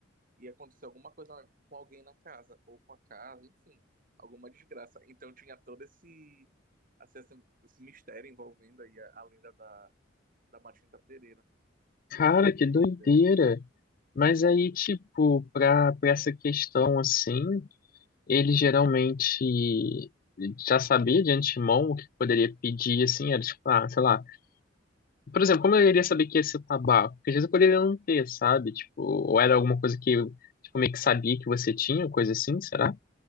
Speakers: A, on the right; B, on the left.
A: e aconteceu alguma coisa com alguém na casa, ou com a casa, enfim, alguma desgraça. Então tinha todo esse, assim, esse, esse mistério envolvendo aí a, a lenda da, da Matinta Pereira.
B: cara, que doideira.
A: entendeu?
B: Mas
A: Muito-
B: aí, tipo, pra, pra essa questão, assim, Ele geralmente já sabia de antemão o que poderia pedir, assim, era tipo, ah, sei lá. Por exemplo, como eu iria saber que ia ser tabaco? Porque às vezes eu poderia não ter, sabe? Tipo, ou era alguma coisa que eu, tipo, meio que sabia que você tinha, coisa assim, será?